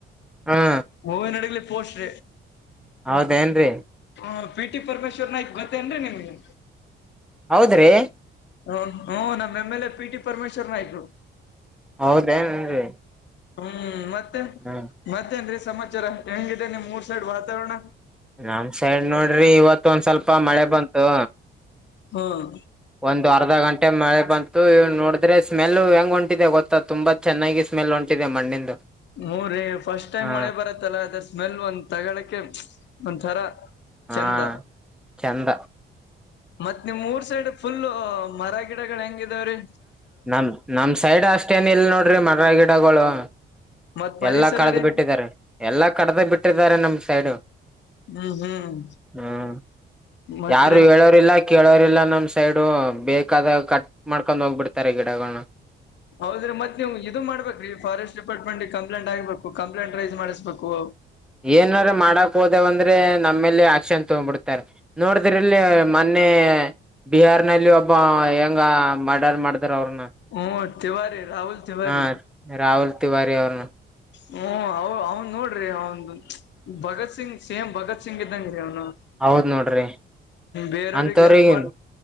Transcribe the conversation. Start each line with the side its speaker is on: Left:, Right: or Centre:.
Centre: ಹ್ಮ
Left: ಹೂವಿನ ಹಡಗಲಿ ಪೋಸ್ಟ್
Centre: ಹೌದ ಏನ್ರರಿ
Left: ಹ ಪಿ ಟಿ ಪರಮೇಶ್ವರ್ ನಾಯ್ಕ್ ಗೊತ್ತೇನ್ರೀ ನಿಮ್ಗೆ
Centre: ಹೌದ್ರಿ
Left: ಹ ಹ್ಮ ನಮ್ಮ ಎಮ್ಮೆಲೆ ಪಿ ಟಿ ಪರಮೇಶ್ವರ್ ನಾಯ್ಕ್ರು
Centre: ಹೌದೇನ್ರಿ
Left: ಹ್ಮ್ ಮತ್ತೆ
Centre: ಹ್ಮ್
Left: ಮತ್ತೇನ್ರಿ ಸಮಾಚಾರ ಹೆಂಗಿದೆ ನಿಮ್ ಮೂರ್ ಸೈಡ್ ವಾತಾವರಣ
Centre: ನಮ್ ಸೈಡ್ ನೋಡ್ರಿ ಇವತ್ ಒಂದ್ ಸ್ವಲ್ಪ ಮಳೆ ಬಂತು
Left: ಹ್ಮ್
Centre: ಒಂದು ಅರ್ಧ ಗಂಟೆ ಮಳೆ ಬಂತು ಇವ ನೋಡಿದ್ರೆ ಸ್ಮೆಲ್ ಹೆಂಗ ಹೊಂಟಿದೆ ಗೊತ್ತಾ ತುಂಬಾ ಚೆನ್ನಾಗಿ ಸ್ಮೆಲ್ ಹೊಂಟಿದೆ ಮಣ್ಣಿಂದು
Left: ಹ್ ರೀ ಫಸ್ಟ್ ಟೈಮ್
Centre: ಹಾ
Left: ಮಳೆ ಬರತ್ತಲ್ಲ ಅದ್ರ ಸ್ಮೆಲ್ ಒಂದ್ ತಗೋಳಕೆ ಒಂಥರ
Centre: ಹಾ
Left: ಚಂದ
Centre: ಚಂದ
Left: ಮತ್ ನಿಮ್ ಮೂರ್ ಸೈಡ್ ಫುಲ್ ಮರ ಗಿಡಗಳು ಹೆಂಗಿದವರಿ
Centre: ನಮ ನಮ ಸೈಡ್ ಅಷ್ಟೇನ ಇಲ್ ನೋಡ್ರಿ ಮರ ಗಿಡಗಳು
Left: ಮತ್ ಪರಿಸರ
Centre: ಎಲ್ಲಾ ಕಳ್ದ್
Left: ರೀ
Centre: ಬಿಟ್ಟಿದ್ದಾರೆ ಎಲ್ಲಾ ಕಡ್ದ ಬಿಟ್ಟಿದ್ದಾರೆ ನಮ ಸೈಡು
Left: ಹ್ಮ್ ಹ್ಮ್
Centre: ಹ್ಮ್
Left: ಮತ್ರಿ
Centre: ಯಾರು ಹೇಳೋರಿಲ್ಲ ಕೇಳೋರಿಲ್ಲ ನಮ್ಸ ಸೈಡು ಬೇಕಾದ ಕಟ್ ಮಾಡ್ಕೊಂಡ್ ಹೋಗ್ಬಿಡ್ತಾರೆ ಗಿಡಗೊಳ್ನ
Left: ಹೌದ್ರೀ ಮತ್ ನೀವು ಇದು ಮಾಡ್ಬೇಕ್ರೀ ಫಾರೆಸ್ಟ್ ಡಿಪಾರ್ಟ್ಮೆಂಟ್ ಕಾ ಕಂಪ್ಲೇಂಟ್ ಆಗಬೇಕು ಕಂಪ್ಲೇಂಟ್ ರೈಸ್ ಮಾಡಿಸ್ಬೇಕು
Centre: ಏನ್ರ ಮಾಡಕ್ ಹೋದೇವಂದ್ರೆ ನಮ್ಮೇಲೆ ಆಕ್ಷನ್ ತೊಗ್ಬಿಡ್ತಾರೆ ನೋಡಿದ್ರ ಇಲ್ಲಿ ಮ ಮ ಬಿಹಾರ್ ನಲ್ಲಿ ಒಬ್ಬ ಹೆಂಗ ಮಡರ್ ಮಾಡ ಅವ್ರನ್ನ
Left: ಹ್ಮ ತಿವಾರಿ ರಾಹುಲ್ ತಿವಾರಿ
Centre: ಹ ರಾಹುಲ್ ತಿವಾರಿ ಅವ್ರನ್ನ
Left: ಹ್ಮ ಅವ ಅವ್ನ್ ನೋಡ್ರಿ ಅವ ಭಗತ್ ಸಿಂಗ್ ಸೇಮ್ ಭಗತ್ ಸಿಂಗ್ ಇದ್ದಂಗ ರೀ ಅವ್ನು
Centre: ಹೌದ್ ನೋಡ್ರಿ
Left: ಬೇರೆಯವ್ರಿಗೆ
Centre: ಅಂತವ್ರಿಗೆ
Left: ಹೆಲ್ಪ್ ಮಾಡ